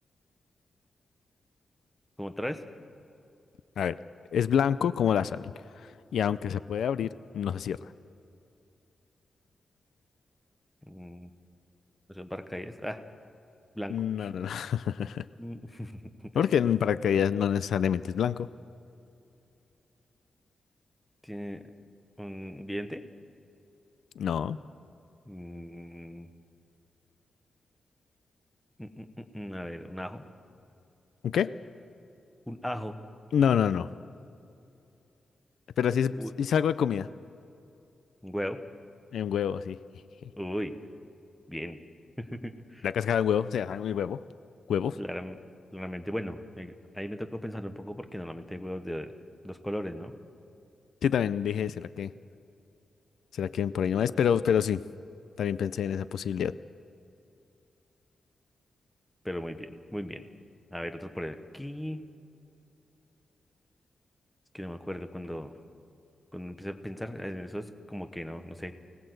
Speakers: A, in the centre; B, on the left.
A: ¿cómo otra vez?
B: A ver, es blanco como la sal y aunque se puede abrir, no se cierra.
A: Mm, eso es paracaídas. Ah, blanco.
B: No, no, no. <laughs>
A: Mm, <laughs>
B: Porque en paracaídas no necesariamente es blanco.
A: ¿Tiene un diente?
B: No.
A: Mm, mm, mm, mm, mm, a ver, un ajo.
B: ¿Un qué?
A: Un ajo.
B: No, no, no. Pero sí es,
A: Uy,
B: sí es algo de comida.
A: un huevo.
B: Un huevo, sí. <laughs>
A: Uy, bien. <laughs>
B: La cáscara de huevo, se llama el huevo. Huevos.
A: Claram- claramente, bueno, eh, ahí me tocó pensar un poco porque normalmente hay huevos de dos colores, ¿no?
B: Sí, también dije, ¿será que, será que por ahí no es? Pero, pero sí, también pensé en esa posibilidad.
A: Pero muy bien, muy bien. A ver, otro por aquí. Es que no me acuerdo cuando, cuando empiezo a pensar en eso es como que no, no sé,